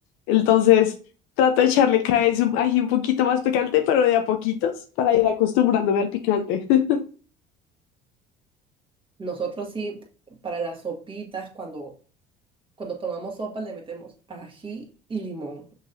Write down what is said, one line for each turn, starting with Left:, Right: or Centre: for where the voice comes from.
Left: Entonces, trato de echarle cada vez un ají un poquito más picante, pero de a poquitos, para ir acostumbrándome al picante, <laughs>
Right: Nosotros sí, para las sopitas, cuando, cuando tomamos sopa, le metemos ají y limón.